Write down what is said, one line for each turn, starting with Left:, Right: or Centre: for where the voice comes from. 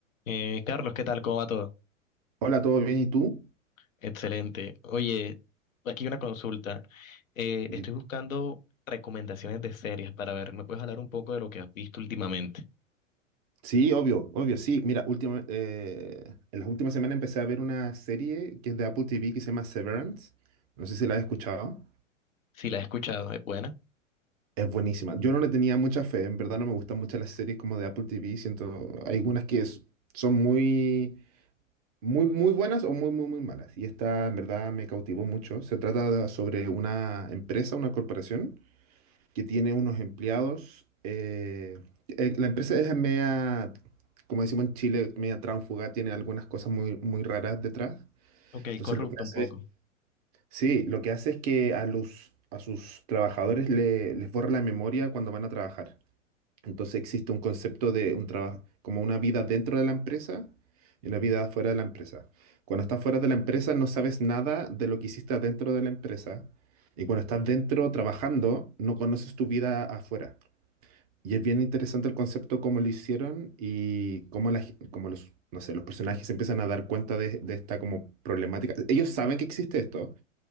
Left: Eh, Carlos, ¿qué tal? ¿Cómo va todo?
Right: Hola, ¿todo bien? ¿Y tú?
Left: Excelente. Oye, aquí una consulta. Eh,
Right: Di-
Left: estoy buscando recomendaciones de series para ver. ¿Me puedes hablar un poco de lo que has visto últimamente?
Right: Sí, obvio, obvio, sí. Mira, última, eh, en las últimas semanas empecé a ver una serie que es de Apple TV que se llama Severance. No sé si la has escuchado.
Left: Si la he escuchado, ¿es buena?
Right: Es buenísima. Yo no le tenía mucha fe, en verdad no me gustan mucho las series como de Apple TV. Siento, hay algunas que es- son muy, muy, muy buenas o muy, muy, muy malas. Y esta en verdad me cautivó mucho. Se trata de- sobre una empresa, una corporación, que tiene unos empleados. eh, eh, la empresa es media, como decimos en Chile, media tránfuga, tiene algunas cosas muy, muy raras detrás.
Left: Ok,
Right: Entonces
Left: corrupta
Right: lo que hace
Left: un poco.
Right: es, sí, lo que hace es que a los, a sus trabajadores le- les borra la memoria cuando van a trabajar. Entonces existe un concepto de un trabajo, como una vida dentro de la empresa y una vida fuera de la empresa. Cuando estás fuera de la empresa no sabes nada de lo que hiciste adentro de la empresa. Y cuando estás dentro trabajando, no conoces tu vida afuera. Y es bien interesante el concepto cómo lo hicieron y cómo, la, gen- cómo los, no sé, los personajes se empiezan a dar cuenta de, de esta como problemática. Ellos saben que existe esto,